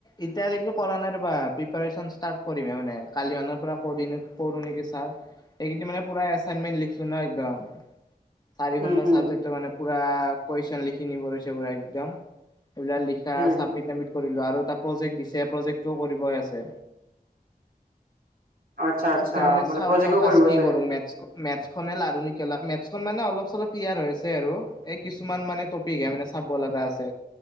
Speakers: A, on the left (about 25°); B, on the right (about 70°).
A: ইটালীকো কৰা নাই ৰবা প্ৰিপাৰ্যন ষ্টাৰ্ট কৰিমহে মানে কালিমানৰ পৰা কৰি কৰোঁ নেকি চাওঁ এইকেইদিন মানে পুৰা এছাইনমেণ্ট লিখিলো ন একদম চাৰিখন
B: উম
A: মান
B: হম
A: চাবজেক্ট মানে পুৰা কুৱেশন লিখি নিবদিছে পুৰা একদম এই বিল চাবমিট
B: হম
A: চাবমিট কৰিলো আৰু তাত প্ৰজেক্ট দিছে প্ৰজেক্টটো কৰিবই আছে
B: আচ্ছা আচ্ছা
A: এতিয়া মানে চাও
B: প্ৰজেক্টও
A: ৰবা ফাৰ্ষ্ট
B: কৰিব
A: কি
B: আছে
A: কৰো মেথছটো, মেথছখনে লাৰু কি মে মানে অলপ চলপ ক্লিয়াৰ হৈ আছে আৰু এই কিছুমান মানে টপিকে মানে চাব লগা আছে